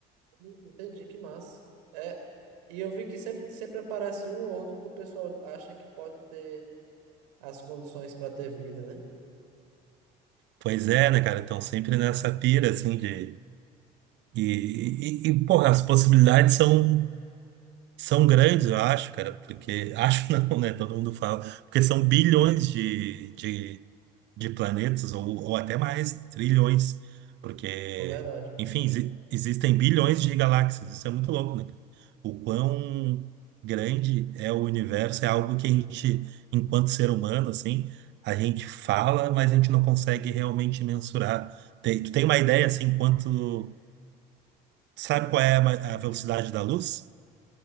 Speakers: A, on the right; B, on the right.
A: Hum, Entendi, que massa. É, e eu vi que sempre, sempre aparece um ou outro que o pessoal acha que pode ter. as condições para ter vida, né?
B: Pois é, né, cara? Então, sempre nessa pira, assim, de. E, e, e, porra, as possibilidades são São grandes, eu acho, cara, porque. <laughs> Acho não, né? Todo mundo fala. Porque são bilhões de, de, de planetas, ou, ou até mais, trilhões. Porque,
A: É verdade.
B: enfim, exi- existem bilhões de galáxias. Isso é muito louco, né, cara? O quão grande é o universo é algo que a gente, enquanto ser humano, assim, a gente fala, mas a gente não consegue realmente mensurar. Tem, tu tem uma ideia, assim, quanto. Sabe qual é a ma- a velocidade da luz?